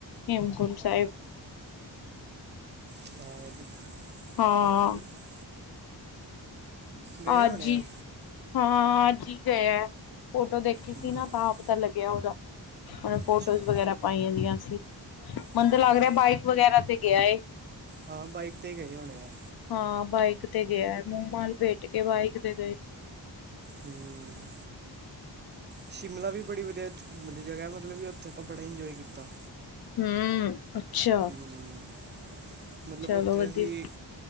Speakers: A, on the left; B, on the right.
A: ਹੇਮਕੁੰਟ ਸਾਹਿਬ।
B: ਸ਼ਾਇਦ
A: ਹਾਂ,
B: ਪਤਾ ਨਹੀਂ ਗਏ ਹੋਣੇ
A: ਅੱਜ ਈ
B: ਆ
A: ਹਾਂ, ਅੱਜ ਹੀ ਗਏ ਆ ਫੋਟੋ ਦੇਖੀ ਸੀ,
B: ਹੂੰ
A: ਨਾ ਤਾਂ ਪਤਾ ਲੱਗਿਆ ਉਹਦਾ ਫੋਟੋਜ਼
B: ਅੱਛਾ
A: ਵਗੈਰਾ ਪਾਈਆਂ ਦੀਆਂ ਸੀ, ਮੰਦ
B: ਹੂੰ
A: ਲੱਗ ਰਿਹਾ ਬਾਈਕ ਵਗੈਰਾ ਤੇ ਗਿਆ ਏ।
B: ਹਾਂ ਬਾਈਕ ਤੇ ਗਏ ਹੋਣੇ ਆ।
A: ਹਾਂ ਬਾਈਕ ਤੇ ਗਿਆ ਹੈ ਮੂੰਹ ਮਾ ਲਪੇਟ ਕੇ ਬਾਈਕ ਤੇ ਗੇ ਨੇ।
B: ਹੂੰ ਸ਼ਿਮਲਾ ਵੀ ਬੜੀ ਵਧੀਆ ਘੁੰਮਣ ਦੀ ਜਗ੍ਹਾ ਵਾ ਮਤਲਬ ਵੀ ਉੱਥੇ ਆਪਾਂ ਬੜਾ ਇੰਜੋਏ ਕੀਤਾ।
A: ਹੂੰ ਅੱਛਾ।
B: ਹੂੰ, ਮਤਲਬ
A: ਚਲੋ
B: ਉੱਥੇ
A: ਵਧੀਆ।
B: ਅਸੀ